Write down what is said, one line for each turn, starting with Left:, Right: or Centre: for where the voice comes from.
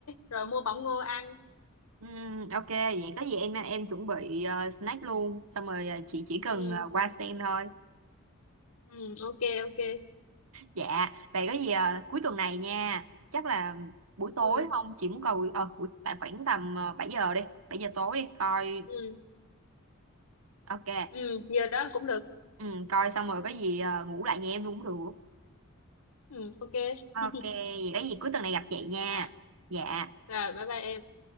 Left: rồi mua bỏng ngô ăn
Right: Ừm, ok vậy có gì em em chuẩn bị ờ, snack luôn xong rồi ờ, chị chỉ cần
Left: ừ,
Right: ờ, qua xem thôi
Left: ừ, ok ok
Right: dạ vậy có gì ờ, cuối tuần này nha chắc là buổi tối
Left: ừ,
Right: không chị muốn coi buổi, ờ, buổi tại khoảng tầm ờ, 7 giờ đi 7 giờ tối đi coi
Left: ừ,
Right: ok
Left: ừ, giờ đó cũng được
Right: Ừm, coi xong rồi có gì ờ, ngủ lại nhà em luôn cũng được
Left: ừ, ok
Right: ok
Left: <laughs>
Right: vậy có gì cuối tuần này gặp chị nha
Left: rồi,
Right: dạ
Left: rồi bye bye em